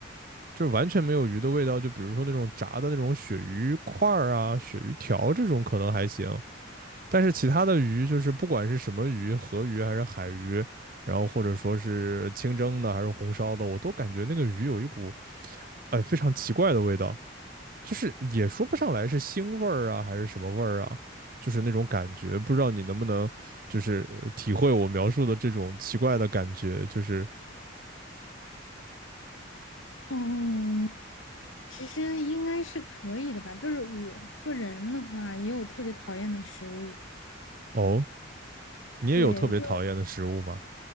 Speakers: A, on the right; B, on the left.
A: 就是完全没有鱼的味道。就比如说那种炸的那种鳕鱼块儿啊、鳕鱼条这种可能还行，但是其他的鱼就是不管是什么鱼，河鱼还是海鱼。然后或者说是清蒸的还是红烧的，我都感觉那个鱼有一股哎非常奇怪的味道。就是也说不上来是腥味儿啊，还是什么味儿啊，就是那种感觉，不知道你能不能就是呃体会我描述的这种奇怪的感觉，就是
B: 嗯，其实应该是可以的吧。就是我个人的话，也有特别讨厌的食物，
A: 哦，你也有特别讨厌的食物吗？
B: 对，就